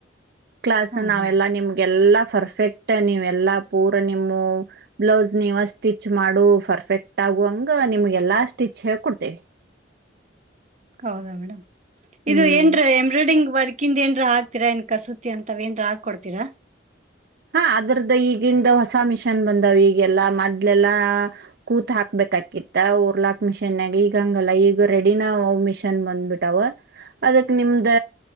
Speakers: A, on the right (about 55°); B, on the right (about 40°).
A: ಕ್ಲಾಸ್
B: ಹಾ
A: ನಾವೆಲ್ಲಾ
B: ಹಾ
A: ನಿಮ್ಗೆಲ್ಲಾ ಫರ್ಫೆಕ್ಟ್ ನೀವೆಲ್ಲಾ ಪೂರಾ ನಿಮ್ಮ ಬ್ಲೌಸ್ ನೀವ ಸ್ಟಿಚ್ ಮಾಡು ಫರ್ಫೆಕ್ಟ್ ಆಗುವಂಗ ನಿಮ್ಗೆಲ್ಲಾ ಸ್ಟಿಚ್ ಹೇಕೊಡ್ತೇವಿ
B: ಹೌದಾ ಮೇಡಮ್ ಇದು
A: ಹ್ಮ್
B: ಏನ್ರ ಎಂಬ್ರಾಯ್ಡ್ರಂಗ್ ವರ್ಕ್ ಅಕ್ಕಿಂದ ಏನ್ ಹಾಕ್ತಿ ಏನ್ ಕಸೂತಿ ಅಂತ ಏನ್ ಹಾಕ ಕೊಡ್ತೀರಾ
A: ಹಾ ಅದ್ರದ್ದ ಈಗಿಂದ ಹೊಸ ಮಿಷನ್ ಬಂದಾವ್ ಈಗೆಲ್ಲಾ ಮದ್ಲೆಲ್ಲಾ ಕೂತ್ ಹಾಕ್ಬೇಕ ಆಕಿತ್ತ ಓರ್ಲಾಕ್ ಮಿಷನ್ ಗ ಈಗ ಹಂಗಲ್ಲ ಈಗ ರೆಡಿನ ಮಿಷನ್ ಬಂದ್ಬಿಟ್ಟವ ಅದಕ್ ನಿಮ್ದ